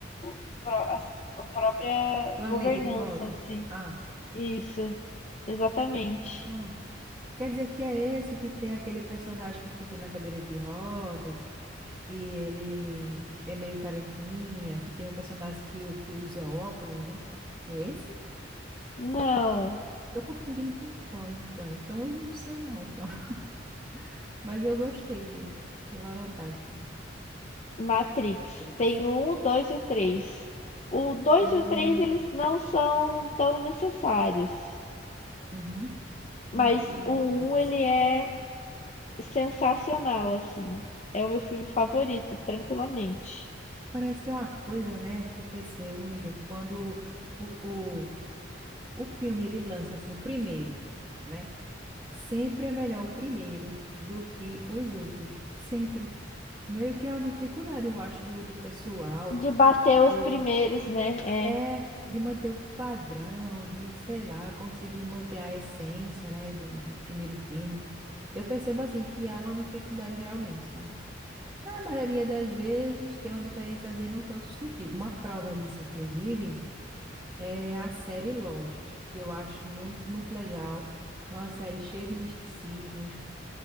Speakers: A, on the left; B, on the right.
A: o pró- as- a própria
B: Planeta
A: governança,
B: de volta.
A: assim.
B: Ah,
A: Isso, exatamente.
B: Ah, quer dizer que é esse que tem aquele personagem que fica na cadeira de rodas, que ele é meio carequinha, que tem um personagem que, que usa óculos, né? É esse?
A: Não.
B: Tô confundindo com qual, então. Então eu não sei não, então. <laughs> Mas eu gostei dele. Eu vou anotar aqui.
A: Matrix.
B: Matrix.
A: Tem o um, o dois e o três. O dois
B: Hum,
A: e o três eles não são tão necessários.
B: uhum.
A: Mas
B: Um, dois
A: o
B: e três.
A: um, ele é sensacional, assim. É o meu filme favorito, tranquilamente.
B: Parece que é uma coisa, né, que eu percebo, amiga, que quando o, o filme ele lança assim o primeiro, né? Sempre é melhor o primeiro do que os outros, sempre. Meio que é uma dificuldade, eu acho, do, do pessoal
A: De bater
B: manter
A: os
B: o-
A: primeiros, né? É.
B: é de manter o padrão, de, sei lá, conseguir manter a essência, né, do, do primeiro filme. Eu percebo assim que há uma dificuldade realmente, sabe? Na maioria das vezes tem uma diferençazinha não tanto sutil. Uma prova disso, inclusive, é a série Lost, que eu acho muito, muito legal. É uma série cheia de misticismos.